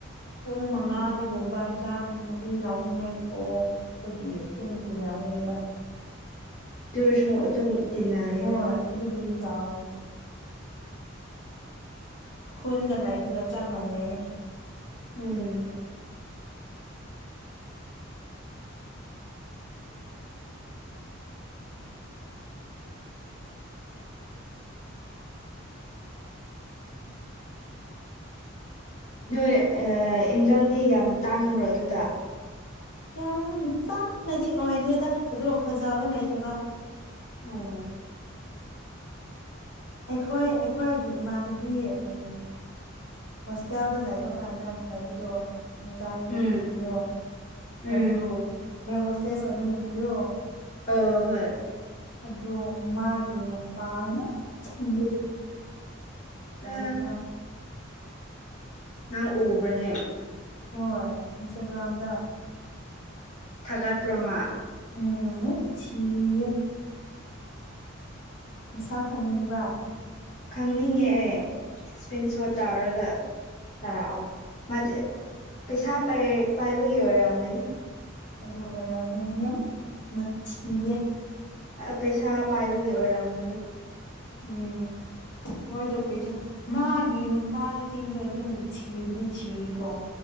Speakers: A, on the left; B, on the left.
A: ꯄꯨꯡ ꯃꯉꯥꯗꯒꯨꯝꯕ
B: ꯎꯝ
A: ꯍꯥꯏ ꯍꯟꯁꯥꯡ ꯅꯥꯄꯤ ꯂꯥꯎꯅꯤꯡꯉꯥꯏ ꯊꯣꯛꯄꯒꯤ ꯑꯗꯨꯝ ꯇꯤꯟꯅꯕꯅꯦꯕ
B: ꯇꯁꯨ ꯑꯗꯨꯝ ꯇꯤꯟꯅꯩꯌꯦꯅ
A: ꯍꯣꯏ ꯑꯗꯨꯕꯨꯗꯤ ꯇꯥꯎꯋꯦ ꯈꯨꯟꯒ ꯂꯥꯏꯕꯒ ꯆꯞ ꯃꯥꯟꯅꯩ
B: ꯎꯝ ꯅꯣꯏ ꯏꯟꯖꯥꯡꯗꯤ ꯌꯥꯝ ꯇꯥꯡꯕ꯭ꯔꯣ ꯑꯗꯨꯗ
A: ꯌꯥꯝ ꯇꯥꯡꯅꯗꯤ ꯑꯣꯏꯗꯦꯗ ꯑꯗꯣ ꯐꯖꯕ ꯂꯩꯇꯕ
B: ꯑꯣ
A: ꯑꯩꯈꯣꯏ ꯑꯩꯈꯣꯏꯒꯤ ꯏꯃꯥꯟꯅꯕꯤ ꯎ ꯍꯣꯁꯇꯦꯜꯗ ꯂꯩꯕ ꯀꯥꯟꯗ ꯂꯩꯕꯗꯣ ꯃꯥꯏ
B: ꯎꯝ
A: ꯅꯨꯄꯤꯗꯣ
B: ꯎꯝ
A: ꯑꯗꯨ ꯑꯦ ꯍꯣꯁꯇꯦꯁ ꯑꯣꯏꯕ ꯅꯨꯄꯤꯗꯣ
B: ꯑ ꯍꯣꯏ
A: ꯑꯗꯣ ꯃꯥꯒꯤ ꯅꯨꯄꯥ ꯌꯥꯝ ꯊꯤꯉꯦ ꯍꯧꯖꯤꯛꯀ
B: ꯑ ꯅꯪ ꯎꯕ꯭ꯔꯅꯦ
A: ꯍꯣꯏ ꯏꯝꯁꯔꯒ꯭ꯔꯝꯗ
B: ꯊꯥ ꯒꯥꯠꯄꯔꯣ ꯃꯥ
A: ꯎꯝ ꯊꯤꯌꯦ ꯁꯥ ꯈꯪꯅꯤꯡꯕ꯭ꯔꯥ
B: ꯈꯪꯅꯤꯡꯉꯦ ꯑꯦ ꯏꯁꯀ꯭ꯔꯤꯟ ꯁꯣꯠ ꯇꯧꯔꯒ ꯊꯥꯔꯥꯛꯑꯣ ꯃꯥꯗꯤ ꯄꯩꯁꯥ ꯄꯥꯏꯕꯒꯤ ꯑꯣꯏꯔꯝꯒꯅꯤ
A: ꯑꯗꯨ ꯑꯣꯏꯔꯝꯒꯅꯤ ꯌꯥꯝꯅꯊꯤꯌꯦ
B: ꯄꯩꯁꯥ ꯄꯥꯏꯕꯒꯤ ꯑꯣꯏꯔꯝꯒꯅꯤ
A: ꯎꯝ ꯃꯣꯏꯗꯣ ꯄꯩꯁꯥ ꯃꯥꯒꯤ ꯅꯨꯄꯥꯁꯤꯡꯗꯣ ꯑꯗꯨꯝ ꯊꯤꯕꯨꯗꯤ ꯊꯤꯔꯤꯀꯣ